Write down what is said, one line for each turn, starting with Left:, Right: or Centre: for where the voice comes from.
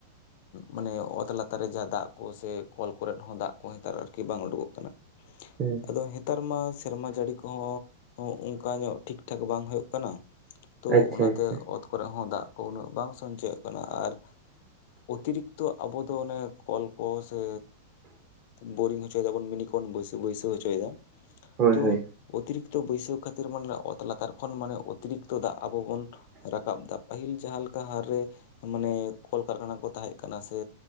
Left: ᱢᱟᱱᱮ ᱚᱛ ᱞᱟᱛᱟᱨ ᱨᱮ ᱡᱟ ᱫᱟᱜ ᱠᱚ ᱥᱮ ᱠᱚᱞ ᱠᱚᱨᱮᱮᱫ ᱦᱚᱸ ᱫᱟᱜ ᱠᱚ ᱦᱟᱮᱛᱟᱨ ᱟᱨᱠᱤ ᱵᱟᱝ ᱩᱰᱩᱠᱚᱜ ᱠᱟᱱᱟ᱾ <unintelligible>
Right: ᱦᱩᱸ᱾
Left: ᱟᱫᱚ ᱦᱸᱮᱛᱟᱨ ᱢᱟ ᱥᱮᱨᱢᱟ ᱡᱟᱹᱲᱤ ᱠᱚᱦᱚᱸ ᱚᱝᱠᱟ ᱧᱚᱜ ᱴᱷᱤᱠ ᱴᱷᱟᱠ ᱵᱟᱝ ᱦᱳᱭᱩᱳᱜ ᱠᱟᱱᱟ᱾ ᱛᱚ
Right: ᱟᱪᱪᱷᱟ
Left: ᱚᱱᱟᱛᱮ
Right: ᱟᱪᱪᱷᱟ
Left: ᱚᱛ ᱠᱚᱨᱮ ᱦᱚᱸ ᱫᱟᱜ ᱠᱚ ᱩᱱᱟᱹᱜ ᱵᱟᱝ ᱥᱚᱧᱪᱚᱭᱚᱜ ᱠᱟᱱᱟ ᱟᱨ᱾ ᱚᱛᱤᱨᱤᱠᱛᱚ ᱟᱵᱚ ᱫᱚ ᱚᱱᱮ᱾ ᱠᱚᱞᱠᱚ ᱥᱮ ᱵᱳᱨᱤᱝ ᱦᱚᱪᱚᱭ ᱫᱟᱵᱚᱱ ᱢᱤᱱᱤ ᱠᱚᱱ ᱵᱟᱹᱭ ᱵᱟᱹᱭᱥᱟᱹᱣ ᱦᱚᱪᱚᱭᱫᱟ
Right: ᱦᱳᱭ
Left: ᱛᱚ
Right: ᱦᱳᱭ
Left: ᱚᱛᱤᱨᱤᱠᱛᱚ ᱵᱟᱹᱭᱥᱟᱹᱣ ᱠᱷᱟᱛᱤᱨ ᱢᱟᱱᱮ ᱚᱛ᱾ ᱛᱚ ᱞᱟᱛᱟᱨ ᱠᱷᱚᱱ ᱢᱟᱱᱮ ᱚᱛᱤᱨᱤᱠᱛᱚ ᱫᱟᱜ ᱟᱵᱚ ᱵᱚᱱ᱾ ᱨᱟᱠᱟᱵ ᱫᱟ ᱯᱟᱹᱦᱤᱞ ᱡᱟᱸᱦᱟ ᱞᱮᱠᱟ ᱦᱟᱨ ᱨᱮ ᱢᱟᱱᱮ ᱠᱚᱞᱠᱟᱨᱠᱷᱟᱱᱟ ᱠᱚ ᱛᱟᱸᱦᱮᱜ ᱠᱟᱱᱟ ᱥᱮ᱾